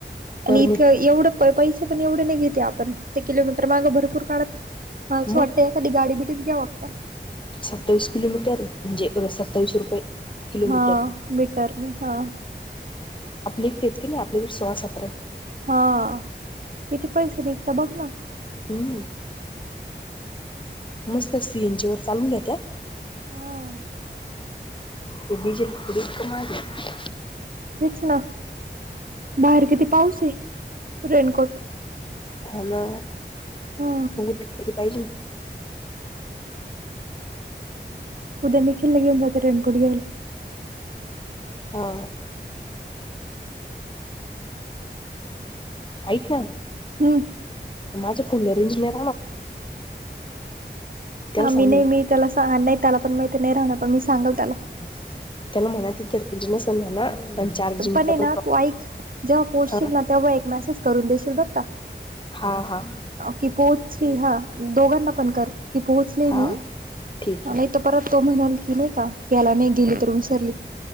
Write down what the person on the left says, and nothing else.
पर
मीटर
मग
सत्तावीस किलोमीटर म्हणजे, सत्तावीसश रुपये किलोमीटर
आपल्या इकडे इतकी नाही, आपल्याकडे सोळा सतरा आहे.
हम्म. मस्त सीएनजी वर चालून घेतात.
ते डिझेल किती महाग आहे.
ह ना
पाहिजे <unintelligible>
हो. ऐक ना
माझ्या फोनला रेंज नाही त्याला
सांगून
<unintelligible> जूनचा
प्रॉब्लेम
हा
हां हां
हा
ठीक
आहे